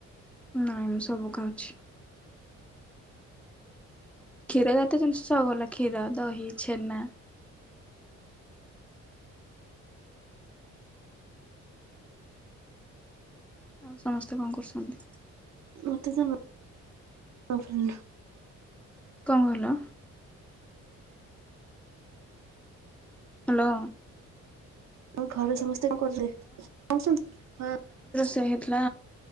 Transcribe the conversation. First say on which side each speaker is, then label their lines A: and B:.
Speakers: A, in the centre; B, on the right.
A: ନାଇଁ ମୁଁ ସବୁ ଖାଉଛି। କ୍ଷୀର ଯାତୟ ଜିନିଷ ସବୁ ଭଲ କ୍ଷୀର, ଦହି, ଛେନା। ଆଉ ସମସ୍ତେ କଣ କରୁଛନ୍ତି?
B: ମତେ ତମ। <unintelligible>
A: କଣ କହିଲ? ହାଲୋ।
B: ତ ଘରେ ସମସ୍ତେ କଣ <unintelligible> ହଁ।
A: ସେ ହେଇଥିଲା